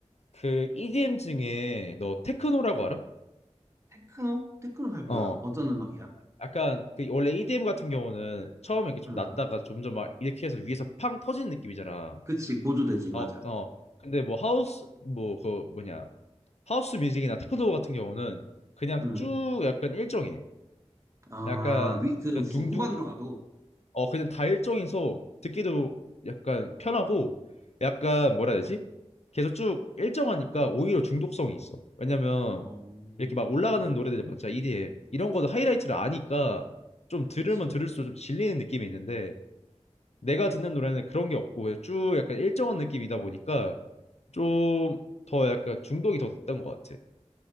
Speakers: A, on the left; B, on the right.
A: 그 EDM 중에 너 테크노라고 알아?
B: 테크노? 테크노 잘 몰라.
A: 어.
B: 어떤 음악이야?
A: 약간 그 원래 EDM 같은 경우는 처음에 이렇게 좀
B: 음.
A: 낮다가 점점 막 이렇게 해서 위에서 팡 터지는 느낌이잖아.
B: 그치, 고조되지, 맞아.
A: 어, 어. 근데 뭐 하우스 뭐 그 뭐냐 하우스 뮤직이나 테크노 같은 경우는 그냥
B: 음.
A: 쭉 약간 일정해.
B: 아,
A: 약간
B: 위, 그
A: 그냥 둥둥
B: 후, 후반으로 가도.
A: 어 그냥 다 일정해서 듣기도 약간 편하고 약간 뭐라 해야 되지? 계속 쭉 일정하니까 오히려 중독성이 있어. 왜냐면
B: 어, 음,
A: 이렇게 막 올라가는
B: 음,
A: 노래들 많잖아. EDM 이런 거도 하이라이트를 아니까 좀 들으면
B: 그치.
A: 들을수록 좀 질리는 느낌이 있는데 내가 듣는 노래는 그런 게 없고 그냥 쭉 약간 일정한 느낌이다 보니까 좀 더 약간 중독이 더 됐던 것 같아.